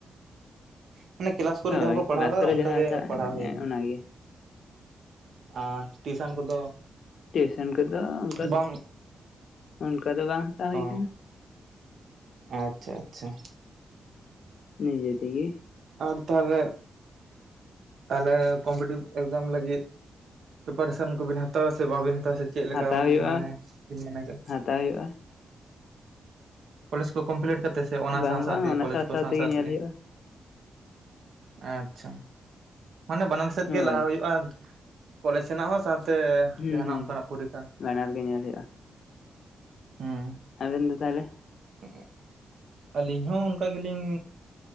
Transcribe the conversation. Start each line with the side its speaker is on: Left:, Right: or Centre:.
Right: ᱢᱟᱱᱮ ᱠᱮᱞᱟᱥ ᱠᱚᱨᱮ
Left: ᱦᱳᱭ
Right: ᱡᱟᱦᱟᱸ ᱠᱚ ᱯᱟᱲᱦᱟᱣ
Left: ᱠᱮᱞᱟᱥ
Right: ᱟᱠᱟᱫᱟ
Left: ᱠᱚᱨᱮ
Right: ᱚᱱᱠᱟᱜᱮ
Left: ᱡᱟᱦᱟᱸ ᱦᱟᱛᱟᱣ
Right: ᱯᱟᱲᱦᱟᱣ ᱦᱩᱭ ᱟᱠᱟᱱᱟ
Left: ᱚᱱᱟᱜᱮ
Right: ᱟᱨ ᱴᱤᱭᱩᱥᱮᱱ ᱠᱚᱫᱚ
Left: ᱴᱤᱭᱩᱥᱚᱱ ᱠᱚᱫᱚ ᱚᱱᱠᱟ
Right: ᱵᱟᱝ
Left: ᱚᱱᱠᱟ ᱫᱚ ᱵᱟᱝ ᱦᱟᱛᱟᱣ ᱦᱩᱭ
Right: ᱚ
Left: ᱟᱠᱟᱱᱟ
Right: ᱟᱪᱪᱷᱟ ᱟᱪᱪᱷᱟ
Left: ᱱᱤᱡᱮᱛᱮᱜᱮ
Right: ᱟᱨ ᱛᱟᱦᱚᱞᱮ ᱛᱟᱦᱚᱞᱮ ᱠᱚᱢᱯᱤᱴᱤᱵᱽ ᱮᱠᱡᱟᱢ ᱞᱟᱹᱜᱤᱫ ᱯᱮᱯᱟᱨᱮᱥᱚᱱ ᱠᱚᱵᱤᱱ ᱦᱟᱛᱟᱣᱟ ᱥᱮ ᱵᱟᱵᱤᱱ ᱦᱟᱛᱟᱣᱟ ᱥᱮ ᱪᱮᱫᱠᱟ
Left: ᱦᱟᱛᱟᱣ ᱦᱩᱭᱩᱜᱼᱟ
Right: ᱢᱟᱱᱮ ᱵᱤᱱ ᱢᱚᱱᱮ ᱠᱟᱜ
Left: ᱦᱟᱛᱟᱣ ᱦᱩᱭᱩᱜᱼᱟ
Right: ᱠᱚᱞᱮᱡᱽ ᱠᱚ ᱠᱚᱢᱯᱞᱤᱴ ᱠᱟᱛᱮ ᱥᱮ ᱚᱱᱟ
Left: ᱵᱟᱝ
Right: ᱥᱟᱶ ᱥᱟᱶᱛᱮᱜᱮ
Left: ᱵᱟᱝ ᱚᱱᱟ
Right: ᱠᱚᱞᱮᱡᱽ ᱠᱚ ᱥᱟᱶ ᱥᱟᱶ
Left: ᱧᱮᱞ
Right: ᱛᱮᱜᱮ
Left: ᱦᱩᱭᱩᱜᱼᱟ
Right: ᱟᱪᱪᱷᱟ ᱢᱟᱱᱮ ᱵᱟᱱᱟᱨ ᱥᱮᱫ
Left: ᱦᱳᱭ
Right: ᱜᱮ ᱞᱟᱦᱟ ᱦᱩᱭᱩᱜᱼᱟ ᱠᱚᱞᱮᱡᱽ ᱥᱮᱱᱟᱜ ᱦᱚᱸ ᱥᱟᱶᱛᱮ
Left: ᱦᱩᱸ
Right: ᱡᱟᱦᱟᱱᱟᱜ
Left: ᱦᱩᱸ
Right: ᱚᱱᱠᱟᱱᱟᱜ ᱯᱚᱨᱤᱠᱷᱟ
Left: ᱵᱟᱱᱟᱨ ᱜᱮ ᱧᱮᱞ ᱦᱳᱭᱳᱼᱟ
Right: ᱦᱩᱸ
Left: ᱟᱮᱱ ᱫᱚ ᱛᱟᱦᱚᱞᱮ
Right: ᱦᱮᱸ ᱟᱹᱞᱤᱧ ᱦᱚᱸ ᱚᱱᱠᱟ ᱜᱮᱞᱤᱧ